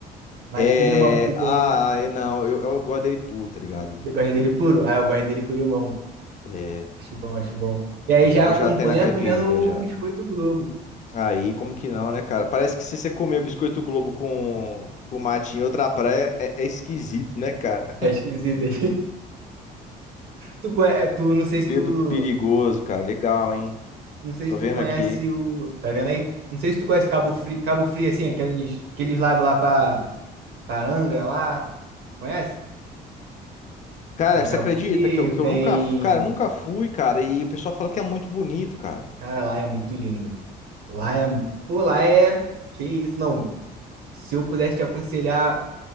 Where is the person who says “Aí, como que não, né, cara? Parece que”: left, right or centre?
Left